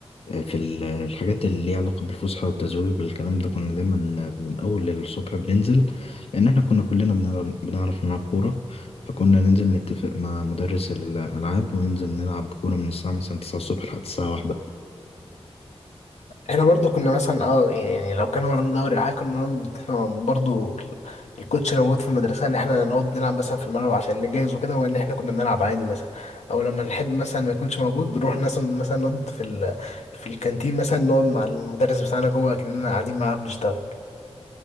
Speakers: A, on the left (about 60°); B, on the left (about 85°).
A: في ال- الحاجات اللي ليها علاقة بالفسحة والتزويق والكلام ده كنا دايما من أول الصبح بننزل لأن إحنا كنا كلنا بنعرف بنعرف نلعب كورة فكنا ننزل نتفق مع مدرس الألعاب وننزل نلعب كورة من الساعة مثلا تسعة الصبح لحد الساعة واحدة
B: احنا برضو كنا مثلا اه يعني لو كان ورانا دوري او حاجه كنا نقعد نتفق مع- برضو ال- الكوتش اللي موجود في المدرسه ان احنا نقعد نلعب مثلا في الملعب عشان نجهز وكده وان احنا كنا بنلعب عادي مثلا او لما نحب مثلا ما يكونش موجود نروح مثلا مثلا نقعد في ال... في الكانتين مثلا نقعد مع المدرس بتاعنا جوه كأننا قاعدين معاه بنشتغل